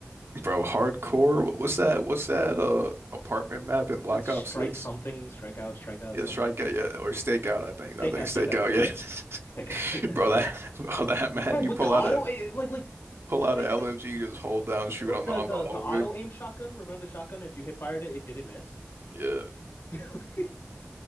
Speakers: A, on the right; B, on the left.
A: bro. Hardcore. wh- What's that? What's that? Uh, apartment map in Black
B: let's strike
A: Ops 6?
B: something, strike out, strike out,
A: Yeah,
B: something
A: strikeout,
B: like that.
A: yeah, or stakeout. I think,
B: Take
A: I think
B: out,
A: stakeout.
B: take out, take
A: Yeah,
B: out, take out. <laughs> Yeah.
A: <laughs> bro, that bro, that map
B: Bro,
A: you
B: with
A: pull
B: the auto
A: out a
B: eh, eh, like like
A: pull
B: they,
A: out a
B: they
A: LMG, you just hold down, shoot
B: or
A: on
B: the,
A: the on
B: the
A: the
B: the
A: hallway.
B: auto aim shotgun. Remember the shotgun? If you hit fired it, it didn't miss.
A: Yeah,
B: <laughs>